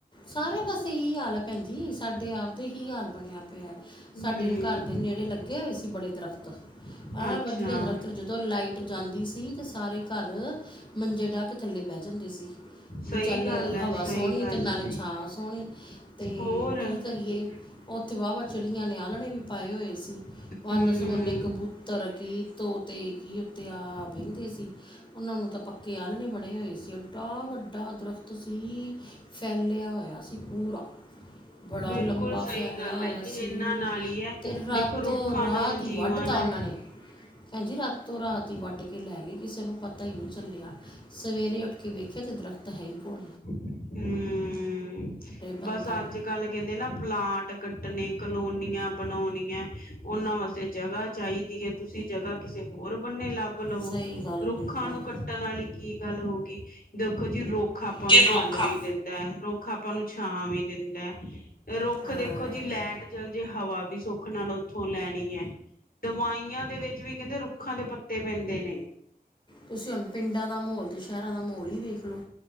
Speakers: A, on the left; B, on the left.
A: ਸਾਰੇ ਪਾਸੇ ਹੀ ਹਾਲ ਹੈ ਭੈਣ ਜੀ। ਸਾਡੇ ਆਪਦੇ ਹੀ ਹਾਲ ਬਣਿਆ ਪਿਆ।
B: ਹਮ
A: ਸਾਡੇ ਘਰ ਦੇ ਨੇੜੇ ਲੱਗੇ ਹੋਏ ਸੀ ਬੜੇ ਦਰਖਤ ਐਂ
B: ਅੱਛਾ
A: ਵਧੀਆ ਦਰਖਤ ਜਦੋਂ ਜਦੋਂ ਲਾਈਟ ਜਾਂਦੀ ਸੀ ਤੇ ਸਾਰੇ ਘਰ ਮੰਜੇ ਡਾ ਕੇ ਥੱਲੇ ਬੇ ਜਾਂਦੇ ਸੀ।
B: ਸਹੀ
A: ਬੀ ਚੱਲ
B: ਗੱਲ ਹੈ
A: ਹਵਾ
B: ਸਹੀ
A: ਸੋਨੀ
B: ਗੱਲ
A: ਤੇ ਨਾਲੇ
B: ਹੈ
A: ਛਾਂ ਸੋਨੀ ਤੇ
B: ਹੋਰ
A: ਕੀ ਕਰੀਏ ਉੱਥੇ ਵਾਵਾ ਚਿੜੀਆਂ ਨੇ ਆਲਣੇ ਵੀ ਪਾਏ ਹੋਏ ਸੀ,
B: ਹਮ
A: ਵਨ ਸੁਵਨੇ ਕਬੂਤ ਤਰ ਕੀ, ਤੋਤੇ ਕੀ, ਉੱਤੇ ਆ ਤੇ ਸੀ ਉਨਾਂ ਨੂੰ ਤਾਂ ਪੱਕੇ ਆਲਨੇ ਬਨੇ ਹੋਏ ਸੀ। ਡਾ ਵੱਡਾ ਦਰੱਖਤ ਸੀ। ਫੈਲਿਆ ਹੋਇਆ ਸੀ ਪੂਰਾ ਬੜਾ
B: ਬਿਲਕੁਲ
A: ਲੰਬਾ
B: ਸਹੀ
A: ਫੈਲਿਆ
B: ਗੱਲ
A: ਹੋਇਆ
B: ਹੈ ਜੀ
A: ਸੀ
B: ਇਹਨਾਂ ਨਾਲ ਹੀ ਹੈ
A: ਤੇ ਰਾਤੋਂ-ਰਾਤ
B: ਦੇਖੋ ਰੁੱਖਾਂ
A: ਰਾਤੀ
B: ਨਾਲ ਜੀਵਨ
A: ਵੱਢ ਤਾ
B: ਹੈ
A: ਉਨਾਂ ਨੇ--ਭੈਣ ਜੀ, ਰਾਤੋ-ਰਾਤ ਈ ਵੱਢ ਕੇ ਕੇ ਲੈ ਗੇ ਕਿਸੇ ਨੂੰ ਪਤਾ ਹੀ ਨੀ ਚੱਲਿਆ। ਸਵੇਰੇ ਉੱਠ ਕੇ ਵੇਖੇ ਤੇ ਦਰਖਤ ਹੈ ਹੀ ਕੋ
B: ਹੂੰ--ਬਸ,
A: ਬੰਦਾ
B: ਅੱਜ-ਕੱਲ ਕਹਿੰਦੇ ਨਾ ਪਲਾਟ ਕੱਟਨੇ ਕਲੋਨ ਨੀਆਂ ਬਨੋਨਿਐ ਓਨਾਂ ਵਾਸਤੇ ਜਗ੍ਹਾ ਚਾਹੀਦੀ ਹੈ। ਤੁਸੀਂ ਜਗ੍ਹਾ ਕਿਸੇ ਹੋਰ ਬੰਨੇ ਲਬ ਲਵੋ
A: ਸਹੀ ਗੱਲ
B: ਰੁੱਖਾਂ
A: ਬਿਲਕੁਲ
B: ਨੂੰ ਕੱਟਣ ਵਾਲੀ ਕੀ ਗੱਲ ਹੋ ਗਈ। ਦੇਖੋ ਜੀ! ਰੁੱਖ ਆਪਾਂ
A: ਜੇ
B: ਨੂੰ
A: ਰੋਖਾ
B: ਫਲ ਵੀ ਦਿੰਦਾ ਹੈ, ਰੁੱਖ ਆਪਾਂ ਨੂੰ ਛਾਂ ਵੀ ਦਿੰਦਾ, ਰੁੱਖ
A: ਹਾਂ
B: ਦੇਖੋ ਜੇ ਲੈਟ ਚਲ ਜੇ ਹਵਾ ਵੀ ਸੁੱਖ ਨਾਲ ਉੱਥੋਂ ਲੈਣੀ ਹੈ। ਦਵਾਈਆਂ ਦੇ ਵਿੱਚ ਵਿੱਚ ਵੀ ਕਹਿੰਦੇ- ਰੁੱਖਾਂ ਦੇ ਪੱਤੇ ਪੈਂਦੇ ਨੇ
A: ਤੁਸੀਂ ਹੁਣ ਪਿੰਡਾਂ ਦਾ ਮੌਲ ਤੇ ਸ਼ਹਿਰਾਂ ਦਾ ਮੌਲ ਹੀ ਵੇਖਲੋ